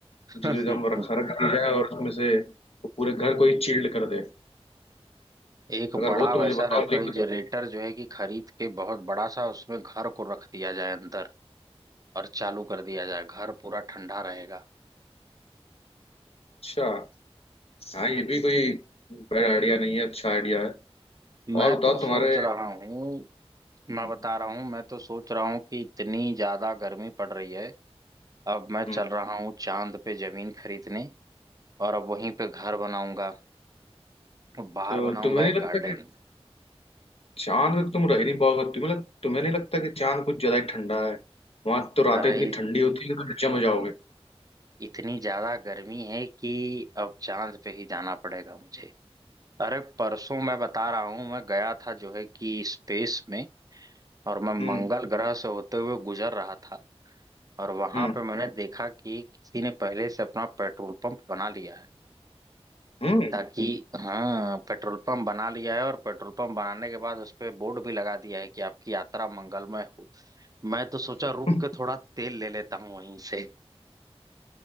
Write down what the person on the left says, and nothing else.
जिसको एकदम रखा रखा जाए और उसमें से वो पूरे घर को ही चिल्ड कर दे
अगर
हो तो
मुझे बताओ
लिख दो
अच्छा हाँ ये भी कोई बैड आइडिया नहीं है अच्छा आइडिया है
और बताओ
तुम्हारे
हम्म,
हम्म।
तो
तुम्हें नहीं
लगता
कि चांद पे तुम रह नहीं पाओगे तुम्हें लग, तुम्हें नहीं लगता कि चांद कुछ ज्यादा ही ठंडा है वहां तो
रातें इतनी ठंडी होती है कि तुम जम जाओगे
हम्म
हम्म
हम्म हम्म।
<laughs>